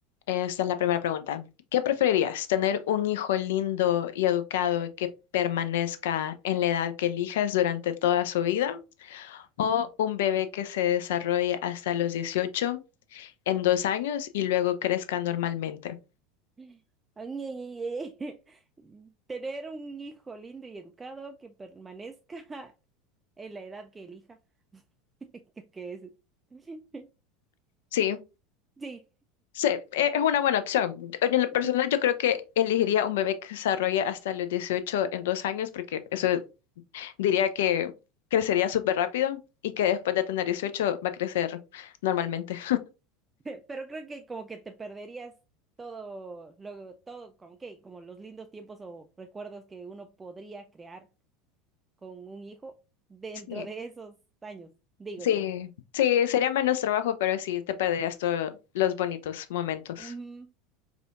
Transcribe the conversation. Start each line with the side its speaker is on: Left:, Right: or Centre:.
Left: esta es la primera pregunta. ¿Qué preferirías? ¿Tener un hijo lindo y educado que permanezca en la edad que elijas durante toda su vida? ¿O un bebé que se desarrolle hasta los 18 en dos años y luego crezca normalmente?
Right: <laughs> Ay, ay, ay, ay. <laughs> Tener un hijo lindo y educado que permanezca <laughs> en la edad que elija. <laughs> Creo que es. <laughs>
Left: Sí,
Right: Sí.
Left: sí, e- es una buena opción. Yo- En lo personal,
Right: Mm,
Left: yo creo que elegiría un bebé que se desarrolle hasta los 18 en dos años porque eso diría que crecería súper rápido y que después de tener 18 va a crecer normalmente.
Right: Pe- Pero creo que como que te perderías todo, lo, todo, como que, como los lindos tiempos o recuerdos que uno podría crear con un hijo dentro
Left: Sí,
Right: de esos años, digo
Left: sí,
Right: yo.
Left: sí, sería menos trabajo, pero sí, te perderías todos los bonitos momentos.
Right: Ujú,